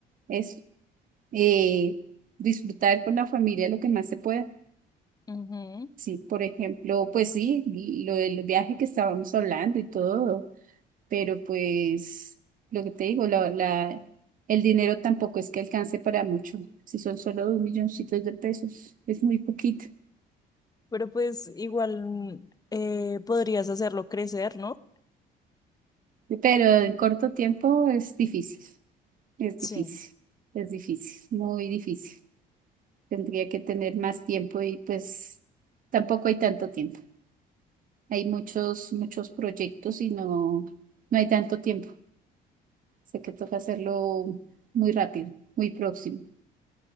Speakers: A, on the right; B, on the left.
A: es eh, disfrutar con la familia lo que más se pueda.
B: Ujú,
A: Sí, por ejemplo, pues sí, y lo del viaje que estábamos hablando y todo, pero pues lo que te digo, la, la, el dinero tampoco es que alcance para mucho. Si son solo dos milloncitos de pesos, es muy poquito.
B: Pero pues igual mm, eh, podrías hacerlo crecer, ¿no?
A: Pero en corto tiempo es difícil, es
B: Sí.
A: difícil, es difícil, muy difícil. Tendría que tener más tiempo y pues tampoco hay tanto tiempo. Hay muchos, muchos proyectos y no, no hay tanto tiempo. Sé que toca hacerlo muy rápido, muy próximo.